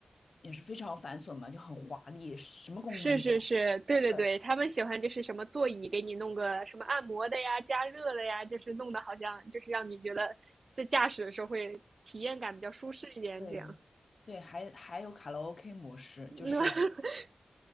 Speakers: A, on the left (about 80°); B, on the right (about 70°).
A: 也是非常繁琐嘛，就很华丽，什么功能都有
B: 是是是，对对对，
A: 对
B: 他们喜欢就是什么座椅给你弄个什么按摩的呀、加热的呀，就是弄的好像就是让你觉得在驾驶的时候会体验感比较舒适一点，
A: 对
B: 这样。
A: 对，还还有卡拉 OK 模式，
B: <laughs>
A: 就是